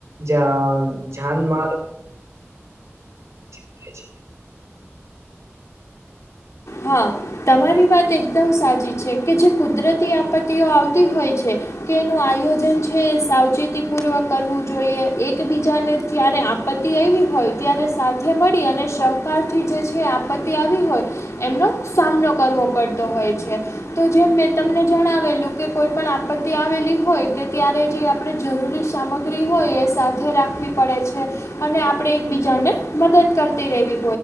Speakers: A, on the right (about 85°); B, on the left (about 80°).
A: જ જાનબાન <unintelligible>
B: હા તમારી વાત એકદમ સાચી છે કે જે કુદરતી આપત્તિઓ આવતી હોય છે કે એનુ આયોજન છે સાવચેતી પૂવૅક જોઈએ એકબીજાને જ્યારે આપત્તિ આવી હોય ત્યારે સાથે મળી અને સહકારથી જે છે આપત્તિ આવી હોય એમનો સામનો કરવો પડતો હોય છે તો જેમ મેં તમને જણાવેલું કે કોઈ પણ આપત્તિ આવેલી હોય કે ત્યારે જે આપણે જરૂરી સામગ્રી હોય એ સાથે રાખવી પડે છે અને આપણે એકબીજાને મદદ કરતી રહેેવી